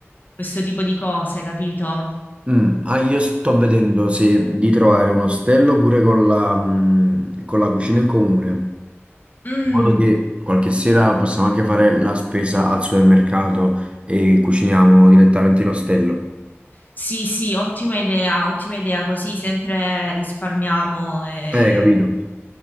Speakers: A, on the left (about 40°); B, on the right (about 25°).
A: questo tipo di cose, capito?
B: Mm, ah, io sto vedendo se di trovare un ostello pure con la, mm, con la cucina in comune.
A: Mm,
B: in modo che qualche sera possiamo anche fare la spesa al supermercato e cuciniamo direttamente in ostello.
A: sì, sì, ottima idea, ottima idea, così sempre risparmiamo. e-
B: Eh, capito?